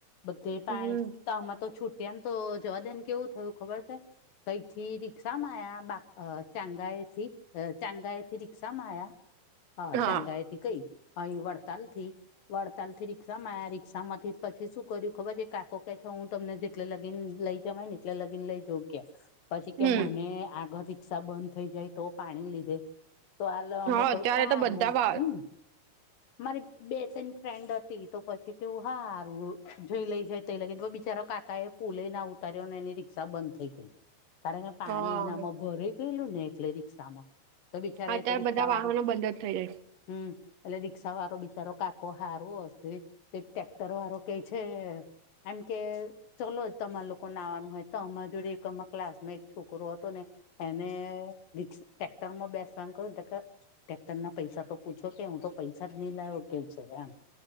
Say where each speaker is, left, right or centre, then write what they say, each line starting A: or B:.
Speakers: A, on the left; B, on the right.
A: બધે
B: હમ્મ.
A: પાણી આમાં તો છૂટ્યા ને તો જવા દે ને કેવું થયું ખબર છે કઈથી રિક્ષા માં આયા બાક અ ચાંગા એથી ચાંગા એથી રિક્ષા માયા હ
B: હા
A: ચાંગા કઈ અહી વડતાલ થી વડતાલ થી રિક્ષા માંયા શા માંથી પછી શું કર્યું ખબર છે કાકો કે છે હું તમને જેટલે લગીને લઈ જવાય ને એટલે લગીન લઈ જોઉ કે પછી કે
B: હમ્મ.
A: મને આગળ રિક્ષા બંધ થઈ જાય તો પાણી લીધે તો આલ અમે
B: હા
A: કોઈ
B: અત્યારે
A: ખારું
B: તો બધા વા
A: હમ મારી બે ત્રણ ફ્રેન્ડ હતી તો પછી તેવું સારું જઈ લઈ જઈ ત લ બિચારો કાકા એ પુલે ના ઉતાર્યોને એની રિ ક્ષા બંધ થઈ ગય કારણ કે પાણી
B: હા
A: એનામાં ભરાઈ ગયેલું ને એટલે રિક્ષામાં તો બિચા
B: અત્યારે
A: તો રિક્ષા
B: બધા
A: વાળું
B: વાહનો બંધ જ થઈ જાય.
A: હમ્મ એટલે રિક્ક્ષા વાળો બિચારો કાકો હારો હશે તે ટેક્ટર વાળો કે છે એમ કે ચાલ જ તમાર લોકોને આવવાનું હોય તો અમા જોડે એક અ ક્લાસ માં એક છોકરો હતો ને એને રિક ટટેક્ટરમાં બેસવાનું કું તો ટટેક્ટર ના પૈસા તો પૂછો કે હું તો પૈસા જ નહી લાવ કે છે એમ